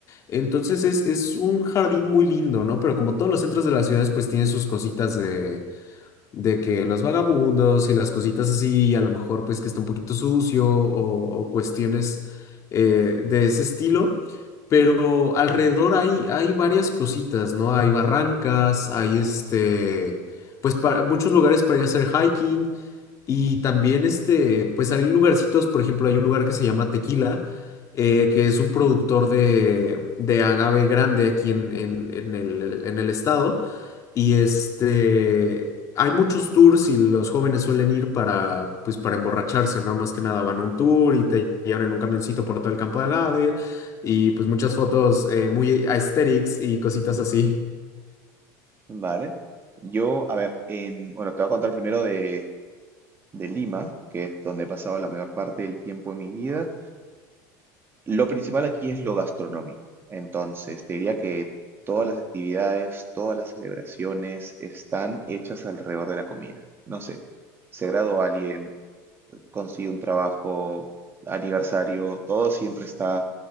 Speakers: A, on the left; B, on the right.
A: Entonces es, es un jardín muy lindo, ¿no? Pero como todos los centros de las ciudades, pues tiene sus cositas de de que los vagabundos y las cositas así, a lo mejor pues que está un poquito sucio o, o cuestiones eh, de ese estilo, pero alrededor hay, hay varias cositas, ¿no? Hay barrancas, hay este, pues pa- muchos lugares para ir a hacer hiking, y también, este, pues hay lugarcitos, por ejemplo, hay un lugar que se llama Tequila, eh, que es un productor de, de agave grande aquí en, en- en el, en el estado. Y este, hay muchos tours y los jóvenes suelen ir para, pues, para emborracharse, ¿no? Más que nada van a un tour y te llevan en un camioncito por todo el campo de agave y pues muchas fotos eh, muy aesthetics y cositas así.
B: Vale. Yo, a ver, en, bueno, te voy a contar primero de, de Lima, que es donde he pasado la mayor parte del tiempo de mi vida. Lo principal aquí es lo gastronómico. Entonces, te diría que todas las actividades, todas las celebraciones están hechas alrededor de la comida. No sé, se graduó alguien, consigue un trabajo, aniversario, todo siempre está